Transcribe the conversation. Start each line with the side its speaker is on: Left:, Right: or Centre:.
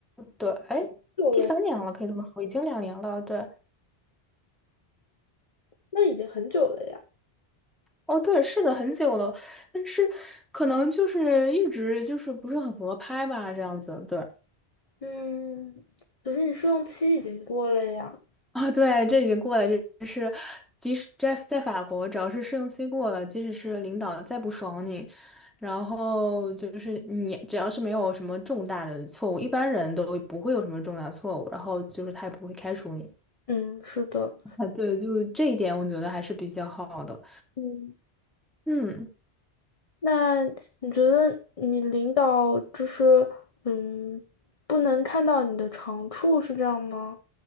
Centre: 对，哎，
Left: 久了，
Centre: 第三年了，可以这么说，已经两年了，对。
Left: 那已经很久了呀。
Centre: 哦，对，是的，很久了，但是可能就是一直就是不是很合拍吧，这样子，对。
Left: 嗯，可是你试用期已经过了呀。
Centre: 啊，对，这已经过了，就是，即使在在法国，只要是试用期过了，即使是领导再不爽你，然后就是你只要是没有什么重大的错误，一般人都不会有什么重大错误，然后就是他也不会开除你。
Left: 嗯，是的，
Centre: <laughs> 啊，对，就这一点我觉得还是比较好的，
Left: 嗯。
Centre: 嗯。
Left: 那你觉得你领导就是嗯，不能看到你的长处是这样吗？